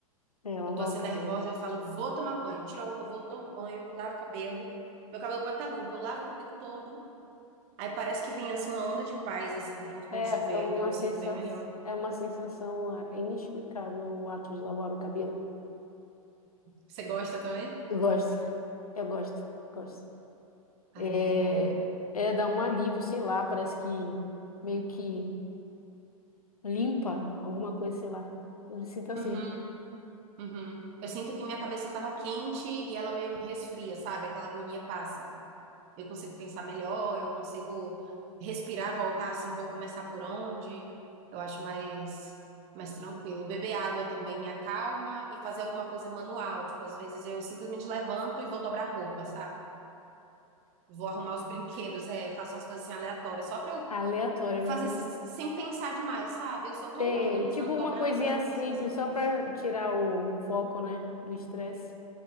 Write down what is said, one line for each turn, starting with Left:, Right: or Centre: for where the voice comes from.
Left: É, lavar
Right: Eu tô assim
Left: o cabelo
Right: nervosa, eu falo, vou tomar banho, tiro a roupa, vou, tomo banho, lavo o cabelo. Meu cabelo pode estar limpo, eu lavo o cabelo todo. Aí parece que vem assim uma onda de paz, assim, junto
Left: É,
Right: com o chuveiro,
Left: é uma
Right: eu me
Left: sensa...
Right: sinto bem melhor.
Left: é uma sensação é, inexplicável o ato de lavar o cabelo.
Right: Você gosta também?
Left: Eu gosto. Eu gosto. Gosto. É,
Right: Ah, é muito bom.
Left: é dar um alívio, sei lá, parece que meio que limpa alguma coisa, sei lá. Eu me sinto assim,
Right: Uhum, uhum. Eu sinto que minha cabeça tava quente e ela meio que resfria, sabe? Aquela agonia passa. Eu consigo pensar melhor, eu consigo respirar, voltar assim, vou começar por onde? Eu acho mais mais tranquilo. Beber água também me acalma e fazer alguma coisa manual, tipo, às vezes eu simplesmente levanto e vou dobrar roupa, sabe? Vou arrumar os brinquedos, é, faço umas coisas assim aleatórias, só pra eu
Left: aleatória mesmo,
Right: fazer s-
Left: né?
Right: sem pensar demais, sabe? Eu só tô
Left: Sei,
Right: ali organizando,
Left: tipo uma
Right: dobrando,
Left: coisinha
Right: fazendo
Left: simples,
Right: com as minhas mãos.
Left: só para tirar o foco, né, do estresse.